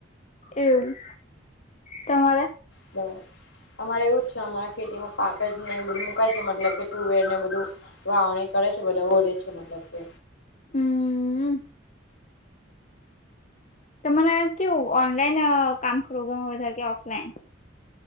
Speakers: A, on the left; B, on the left.
A: એવું તમારે
B: બરા અમારે એવું જ છે અમારા ખેતીમાં પાક જ ને એ બધું મુકાય છે મતલબ કે ટુવેર ને બધું વાવણી કરે છે બધા ઓડે છે મતલબ કે
A: હમ તો મને કેવું ઓનલાઈન કામ <inaudible> વધારે કે ઓફલાઈન